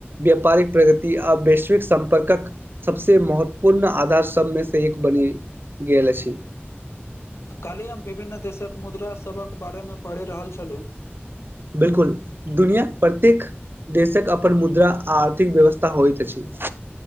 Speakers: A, on the right (about 55°); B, on the left (about 85°).
A: व्यापारिक प्रगति आ वैश्विक सम्पर्कक सबसे महत्वपूर्ण आधार सभमे से एक बनि गेल अछि
B: काल्हि हम विभिन्न देशक मुद्रा सबक बारेमे पढ़ि रहल छलहुँ
A: बिल्कुल दुनियाक प्रत्येक देशक अपन मुद्रा आ आर्थिक व्यवस्था होयत अछि